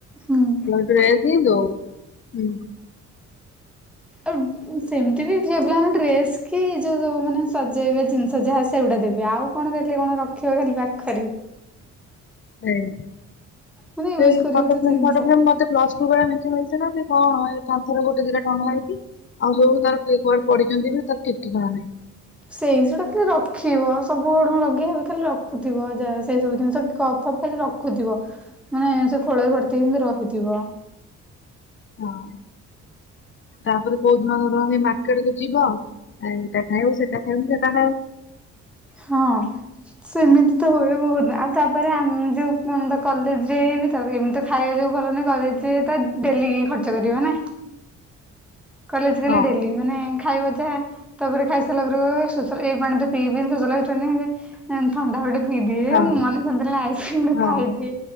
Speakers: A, in the centre; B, on the left.
A: ହୁଁ
B: ଟ୍ରେସ୍ ହିଁ ଦଉ। ହୁଁ।
A: ଆଉ ସେମିତି ବି ଝିଅ ପିଲା ମାନେ ଡ୍ରେସ୍ କି ଯଉ ଯଉ ମାନେ ସଜେଇବା ଜିନିଷ ଯାହା ସେଗୁଡ଼ା ଦେବେ। ଆଉ କଣ ଦେଲେ କଣ ରଖିବ ଖାଲି ପାଖରେ।
B: ସେଇଆ।
A: ମାନେ ୟୁଜ୍
B: ସେଇ
A: କରିବ
B: ଫଟୋ
A: ତ
B: ଫ୍ରେମ୍
A: ଜିନିଷ।
B: ଫଟୋ ଫ୍ରେମ୍ ମତେ ପ୍ଲ ଟୁ ବେଳେ ମେଞ୍ଚେ ମିଳିଥିଲା ଯେ କଣ ଏଇ କାନ୍ଥରେ ଗୋଟେ ଦିଟା ରେ ଟଣା ହେଇଚି। ଆଉ ଯୋଉ ତାର କିଏ କୁଆଡେ ପଢିଛନ୍ତି ଯେ ତାର ଠିକ୍ ଠିକଣା ନାହିଁ।
A: ସେଇ ସେଟା ଖାଲି ରଖିବ। ସବୁ <unintelligible> ଖାଲି ରଖୁଥିବ ଯାହା, ସେଇ ସବୁ ଜିନିଷ କପ୍ ଫପ୍ ଖାଲି ର ରଖୁଥିବ। ମାନେ ସେ ଖୋଳରେ ଭର୍ତ୍ତି ହେଇକି ରହିଥିବ।
B: ହଁ। ତାପରେ କୋଉ ଦିନ ଧର ହେଇ ମାର୍କେଟକୁୁ ଯିବ ଆଉ ଏଇଟା ଖାଇବୁ ସେଟା ଖାଇବୁ ସେଟା ଖାଇବୁ।
A: ହଁ। ସେମିତି ତ ହୁଏ ବହୁତ୍। ଆଉ ତାପରେ ଆମ ଯୋଉ କଲେଜ୍ ରେ ତାପରେ ଏମିତି ତ ଖାଇବା ଯଉ ଭଲ ନାହିଁ କଲେଜ୍ ରେ ତ ଡେଲି ଖର୍ଚ୍ଚ କରିବ ନା। କଲେଜ ଗଲେ
B: ହଁ
A: ଡେଲି। ମାନେ ଖାଇବା ଯାହା। ତାପରେ ଖାଇ ସାରିଲା ପରେ କହିବ ଏଇ ପାଣି ତ ପିଇବିନି ଶୋସ। <unintelligible> ନାଇଁ ମୁଁ ଥଣ୍ଡା ଗୋଟେ ପି ଇଦିଏ।
B: ହଁ
A: ମନେ ଶାନ୍ତି ହେଲେ ଆଇସ୍କ୍ରିମ୍ ଗୋଟେ
B: ହଁ
A: ଖାଇଦିଏ।